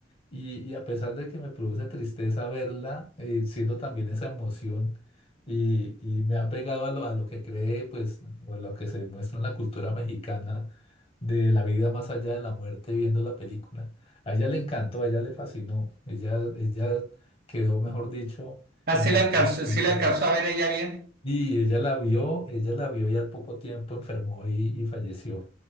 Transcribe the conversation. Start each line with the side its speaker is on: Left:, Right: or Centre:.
Left: y, y a pesar de que me produce tristeza verla, eh, siento también esa emoción y, y me ha pegado a lo, a lo que cree, pues, o lo que se muestra en la cultura mexicana de la vida más allá de la muerte viendo la película. A ella le encantó, a ella le fascinó, ella, ella quedó, mejor dicho,
Right: Ah,
Left: encantada
Right: sí la alcanzó,
Left: con
Right: sí
Left: esta
Right: la alcanzó
Left: película.
Right: a ver ella bien.
Left: Y ella la vio, ella la vio y al poco tiempo enfermó y, y falleció.